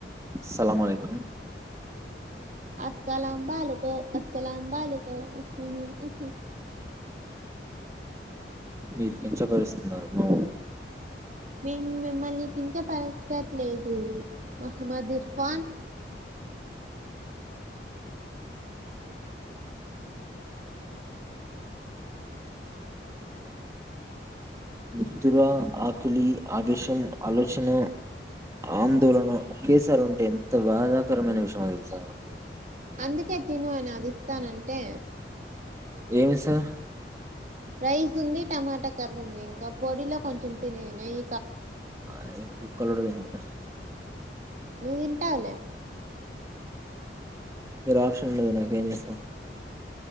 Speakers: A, on the right (about 15°); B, on the right (about 45°).
A: సలామాలేకుం
B: అస్సలు అబా అల్లకు అసలం బాలికో మ్మ్
A: మీరు కించపరుస్తున్నారు మా
B: మేం మిమ్మల్ని కించపరచట్లేదు మహమ్మద్ ఇర్ఫాన్
A: మితుర ఆకలి ఆ విషయం ఆలోచన ఆందోళన ఒకేసారి ఉంటే ఎంత బాధాకరమైన విషయమో తెలుస
B: అందుకే తిను అని అది ఇస్తానంటే
A: ఏమి ఇస్తా
B: రైస్ ఉంది టమాటా కర్రుంది ఇంకా పొడిలో కొంచెం తినేయ్ నెయ్
A: అయి కుక్కలు కూడా తినవ్ <unintelligible>
B: నువ్వు తింటావ్ లే
A: వేరే ఆప్షన్ ఉండదు నాకేం చేస్తాం